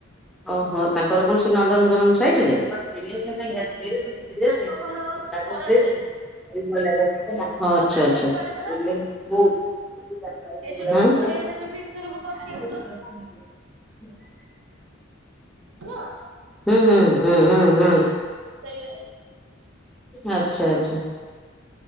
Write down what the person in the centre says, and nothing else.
ଓହୋ ତାଙ୍କର କୌଣସି ନନ୍ଦନ। <unintelligible> ଆଚ୍ଛା
ଆଚ୍ଛା।
<unintelligible>
ହଁ <unintelligible>
ହୁଁ ହୁଁ ହୁଁ ହୁଁ ହୁଁ।
ଆଚ୍ଛା ଆଚଛା।